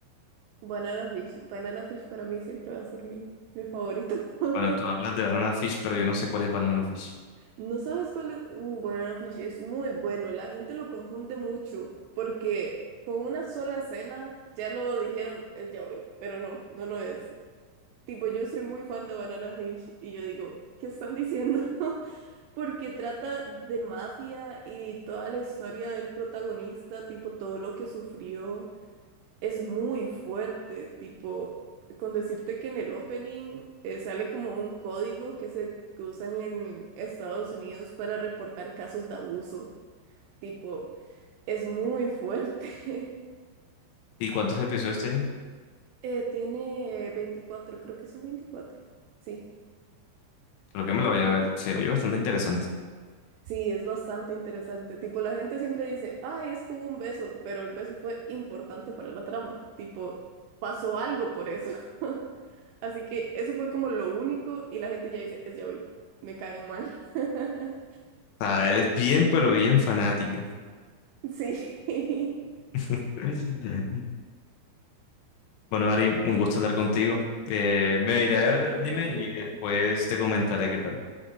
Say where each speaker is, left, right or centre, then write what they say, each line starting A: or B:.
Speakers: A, on the right (about 85°); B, on the left (about 85°).
A: Banana Fish. Banana Fish para mí siempre va a ser mi, mi favorito. <laughs>
B: Bueno, tú hablas de Banana Fish, pero yo no sé cuál es Banana Fish.
A: ¿No sabes cuál es? Uh, Banana Fish es muy bueno. La gente lo confunde mucho porque con una sola escena ya lo dijeron, es ya hoy, pero no, no lo es. Tipo, yo soy muy fan de Banana Fish y yo digo, ¿qué están diciendo? <laughs> Porque trata de mafia y toda la historia del protagonista, tipo todo lo que sufrió. es muy fuerte, tipo, con decirte que en el opening eh, sale como un código que se que usan en Estados Unidos para reportar casos de abuso, tipo, es muy fuerte. <laughs>
B: ¿Y cuántos episodios tiene?
A: Eh, tiene veinticuatro creo que son veinticuatro Sí,
B: Creo que me lo voy a ver, se oye bastante interesante.
A: sí, es bastante interesante. Tipo, la gente siempre dice, ay, es que hubo un beso, pero el beso fue importante para la trama, tipo, pasó algo por eso. <laughs> Así que eso fue como lo único y la gente ya dice, es ya hoy, me caen mal. <laughs>
B: O sea, eres bien, pero bien fanática.
A: Sí. <laughs>
B: <laughs> Bueno, Ari, un gusto hablar contigo. Eh, me iré
A: Bueno,
B: a ver el anime
A: igualmente.
B: y después te comentaré qué tal.